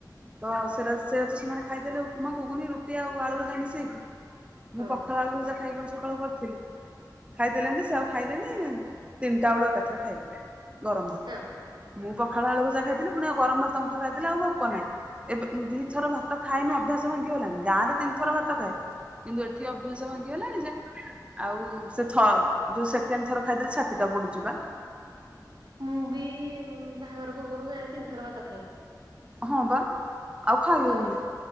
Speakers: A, on the right; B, on the right.
A: ହଁ
B: ତ ସେରା
A: ହଁ
B: ସେୟାତ ସେମାନେ ଖାଇଦେଲେ ଉପୁମା ଘୁଗୁନି ରୁଟି ଆଉ ଆଳୁ ଭଜା ମିଶେଇକି।
A: ହଁ
B: ମୁଁ ପଖାଳ ଆଳୁ ଭଜା ଖାଇବି ବୋଲି ସକାଳୁ କରିଥିଲି ଖାଇଦେଲେ ଯେମିତି ସେ ଆଉ ଖାଇଲେନି ତିନିଟା ବେଳୁ ଏକାଥରେ ଖାଇଲେ ଗରମ ଭାତ।
A: ହଁ ହଁ
B: ମୁଁ ପଖାଳ ଆଳୁଭଜା ଖାଇଥିଲି ପୁଣି ଆଉ ଗରମ ଭାତ ମୁଠେ ଖାଇଥିଲି ଆଉ ଭୋକ ନାହିଁ। ଏବେ ଦିଥର ଭାତ ଖାଇନି ଅଭ୍ୟାସ ସ ଭାଙ୍ଗିଗଲାଣି ଗାଁରେ ତିନିଥର ଭାତ ଖାଏ କିନ୍ତୁ ଏଠି ଅଭ୍ୟାସ ଭାଙ୍ଗିଗଲାଣି ଯେ ଆଉ ସେ ଥ ଯୋଉ ସେକେଣ୍ଡ ଥର ଖାଇଦେଲେ ଛାତିଟା ପୋଡୁଛି ବା।
A: ମୁଁ ବି ବାହାଘର ପୂର୍ବରୁ ଗାଁରେ ତିନିଥର ଭାତ ଖାଏ।
B: ହଁ ବା। ଆଉ ଖାଇ
A: ତ ଯୋଉ
B: ହଉନି
A: ସୁ